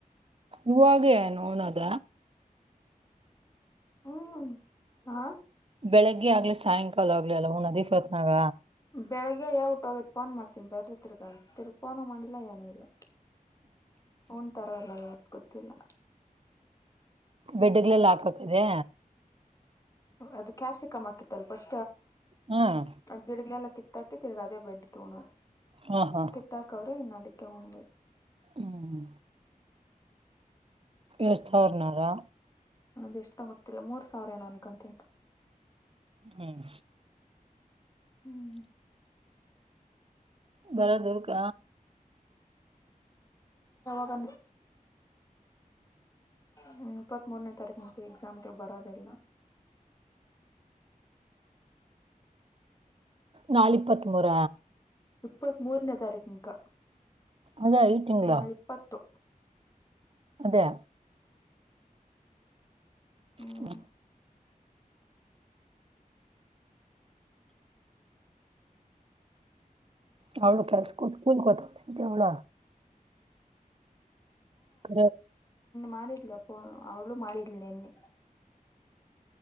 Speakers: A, on the right; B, on the left.
A: ಇವಾಗ ನೋನದ
B: ಹ್ಮ್ ಹಾ
A: ಬೆಳಗ್ಗೆ ಆಗ್ಲಿ ಸಾಯಂಕ ಕಾಲ ಆಗ್ಲಿ ಉಣ್ಣದು ಎಸ್ಟೋತನಾಗ
B: ಬೆಳಿಗ್ಗೆ ಯಾವ ಊಟ ಹೋಗೈತ್ ಫೋನ್ ಮಾಡ್ತೀನಿ ಬದ್ರೆ ತಿರ್ಗ ಫೋನು ಮಾಡಿಲ್ಲಾ ಏನೂ ಇಲ್ಲ ಹನ್್ ತರ ಅಲ್ಲ ಯ ಗೊತ್ತಿಲ್ಲ
A: ಬೆಡ್ಗ್ಲೆಲ್ಲ ಹಾಕ್ ಆತಿದೆ
B: ಅದು ಕ್ಯಾಪ್ಸಿಕಮ್ ಆಾಕಿತ್ತಲ್ ಪಫಸ್
A: ಹ್ಮ್
B: ಅಗ್ ಗಿಡಗ್ಲಲ್ಲಕ್ಕಿತ್ತು ತಾಕ್ಕೆ ತರ ರಾಾದ ಬೆಡ್ ಕುನ
A: ಹಾ ಹಾ
B: ಕಿತ್ತಾರ್ಕ್ ಅವ್ರ ಇನ್ನದಕ್ಕೆ ಕಬೇಕು
A: ಹ್ಮ್ ಎಷ್ಟ ಸಾವಿರನಾರಾ
B: ನದು ಎಷ್ಟ ಗೊತ್ತಿಲ್ಲ ಮೂರ್ ಸಾವಿರ ಏನೋ ಅನ್ಕೊಂತೀನಿ
A: ಹ್ಮ್
B: ಹ್ಮ್
A: ಬರ ದೂರ್ ಕ
B: ಹ ಹ ಹ್ಮ ಇಪ್ಪತ್ ಮೂರನೇ ತಾರೀಕು ಮ ಎಕ್ಸಾಮ್ ಬರೋದಲ್ಲ
A: ನಳ ಇಪ್ಪತ್ ಮೂೂರ
B: ಇಪ್ಪತ್ ಮೂರನೇ ತಾರೀಕು ಅಕ
A: ಅದೇ ಐದ್ ತಿಂಗ್ಳ
B: ನಾಳೆಿಪ್ಪತ್ತು
A: ಅದೇ
B: ಹ್ಮ್
A: ಹ್ಮ ಅವೌಳ ಕೆಲ್ಸ ಕಕೂಲ್ ಕೊಟ್ಟ ಕೆವಳ ಕ
B: ಮಾಡಿದ್ಲು ಅಪ್ಪ ಅವಳು ಮಾಡಿದ್ಲ್ ನಿನ್ನೆ